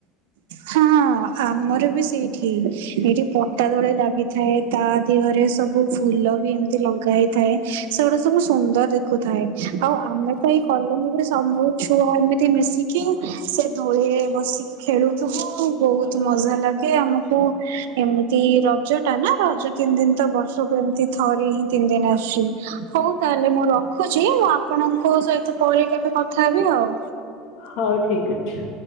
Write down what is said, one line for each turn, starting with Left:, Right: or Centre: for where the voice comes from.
Right: ହଁ ଆମର ବି ସେଇଠି ଏଠି ପଟା ଦୋଳି ଲାଗିଥାଏ। ତା ଦିହରେ ସବୁ ଫୁଲ ବି ଏମ୍ତି ଲଗା ହେଇଥାଏ। ସେଗୁଡା ସବୁ ସୁନ୍ଦର୍ ଦେ ଖୁଥାଏ ଆଉ ଆମେ ତ ଏଇ କଲନିରେ ସମୁ ଛୁଆ ଏମିତି ମିଶି କିଂ ସେ ଦୋଳିରେ ବସିକି ଖେଳୁ। ତହ ବହୁତ୍ ମଜା ଲାଗେ ଆମକୁ ଏମିତି ରଜଟା ନା ରଜ ତିନି୍ ଦିନ୍ ତ ବର୍ଷକୁ ଏମ୍ତି ଥରେ ହିଁ ତିନି୍ ଦିନ୍ ଆସୁଛି ହଉ ତାହେଲେ ମୁଁ ର ଖୁଛି ମୁଁ ଆପଣଙ୍କ ସହିତ ପରେ କେବେ କଥା ହେବି ଆଉ।
Left: ହଉ ଠିକ୍ ଅଛି।